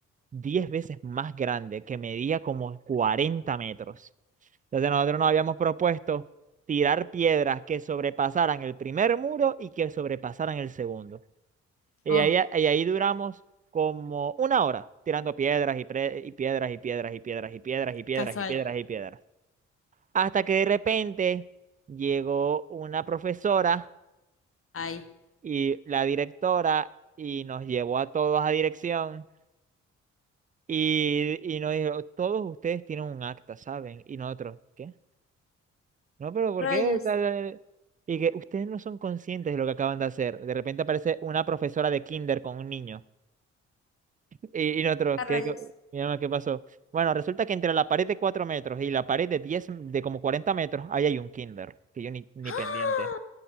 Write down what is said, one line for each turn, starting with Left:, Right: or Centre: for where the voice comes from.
Right: 10 veces más grande que medía como 40 metros. Entonces nosotros nos habíamos propuesto tirar piedras que sobrepasaran el primer muro y que sobrepasaran el segundo. Y
Left: Oh,
Right: ahí, y ahí duramos como una hora tirando piedras y, pre- y piedras y piedras y piedras y piedras y piedras
Left: casual.
Right: y piedras y piedras. Hasta que de repente llegó una profesora
Left: Ay,
Right: y la directora y nos llevó a todos a dirección y, y nos dijo, todos ustedes tienen un acta, ¿saben? Y nosotros, ¿qué? No, pero ¿por
Left: Rayas,
Right: qué? tal, tal?". Y que ustedes no son conscientes de lo que acaban de hacer. De repente aparece una profesora de kinder con un niño. Y, y nosotros,
Left: a rayas.
Right: ¿qué, qué, mi alma, ¿qué pasó? Bueno, resulta que entre la pared de 4 metros y la pared de 10 de como 40 metros, ahí hay un kinder, que yo ni, ni
Left: ¡Ah!
Right: pendiente.